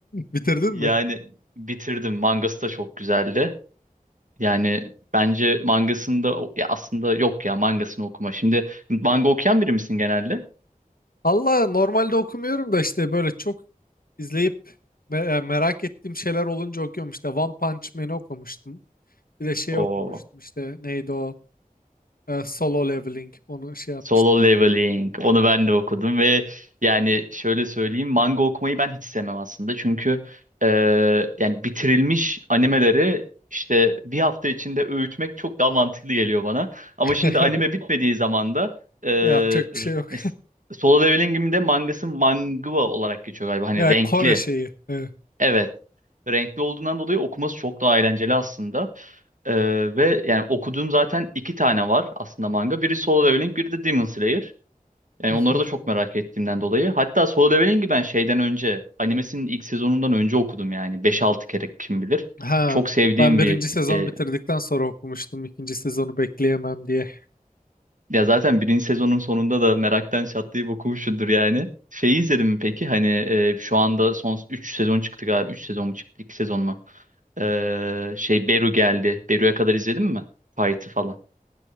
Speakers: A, on the left; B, on the right.
A: Bitirdin
B: Yani
A: mi?
B: bitirdim. Mangası da çok güzeldi. Yani bence mangasında o- ya aslında yok ya mangasını okuma. Şimdi manga okuyan biri misin genelde?
A: Allah normalde okumuyorum da işte böyle çok izleyip me- e, merak ettiğim şeyler olunca okuyorum işte One Punch Man'i okumuştum. Bir de şey
B: O
A: okumuştum işte neydi o E, Solo Leveling onu şey yapmıştım.
B: Solo Leveling. Onu ben de okudum ve yani şöyle söyleyeyim manga okumayı ben hiç sevmem aslında. Çünkü e, yani bitirilmiş animeleri işte bir hafta içinde öğütmek çok daha mantıklı geliyor bana. Ama
A: <laughs>
B: şimdi anime bitmediği zaman da e, r-
A: Yapacak bir şey yok.
B: mes- Solo Leveling'in de mangası manga olarak geçiyor galiba. Hani
A: Ya
B: renkli.
A: Kore şeyi. Evet.
B: Evet. Renkli olduğundan dolayı okuması çok daha eğlenceli aslında. Ee, ve yani okuduğum zaten iki tane var aslında manga. Biri Solo Leveling, biri de Demon Slayer. Yani
A: <laughs>
B: onları da çok merak ettiğimden dolayı. Hatta Solo Leveling'i ben şeyden önce, animesinin ilk sezonundan önce okudum yani. beş altı kere kim bilir.
A: Ha,
B: Çok sevdiğim
A: ben birinci
B: bir
A: sezonu
B: e,
A: bitirdikten sonra okumuştum. İkinci sezonu bekleyemem diye.
B: Ya zaten birinci sezonun sonunda da meraktan çatlayıp okumuşsundur yani. Şeyi izledin mi peki? Hani e, şu anda son 3 sezon çıktı galiba. üç sezon mu çıktı? iki sezon mu? Ee, şey Beru geldi. Beru'ya kadar izledin mi? Fight'ı falan.